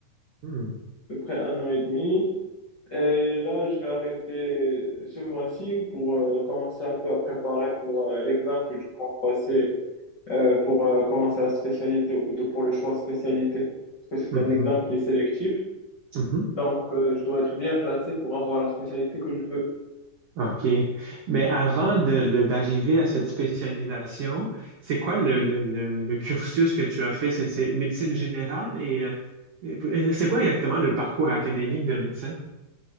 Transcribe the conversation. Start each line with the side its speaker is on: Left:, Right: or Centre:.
Right: Hmm.
Left: à peu près un an et demi. Et là, je vais arrêter ce mois-ci pour euh, commencer un peu à préparer pour euh, l'examen que je compte passer euh, pour euh, commencer la spécialité ou plutôt pour le choix de spécialité. Parce que c'est
Right: Mhm.
Left: un examen qui est sélectif.
Right: Mhm.
Left: Donc, euh, je dois être bien classé pour avoir la spécialité que je veux.
Right: OK. Mais avant de, de- d'arriver à cette spécialisation, c'est quoi le, le, le, le cursus que tu as fait? C'est, c'est médecine générale et, euh, et- c'est quoi exactement le parcours académique d'un médecin?